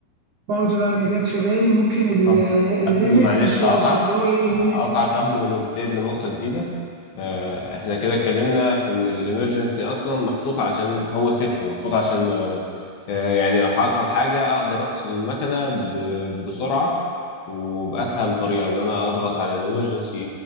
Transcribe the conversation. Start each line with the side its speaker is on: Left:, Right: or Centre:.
Right: برضه يعني جت في بالي ممكن ال-
Left: طب
Right: الليميت
Left: قبل معلش
Right: مش واصل
Left: هقطعك
Right: اللي هو ايه الليميت
Left: هقطعك قبل ما ننتقل لنقطة جديدة آه، احنا كده اتكلمنا في ان الامرجنسي اصلا محطوط عشان هو سيفتي محطوط عشان آه، آه، يعني لو حصل حاجة اقدر افصل المكنة ب- بسرعة وبأسهل طريقة ان انا اضغط على الامرجنسي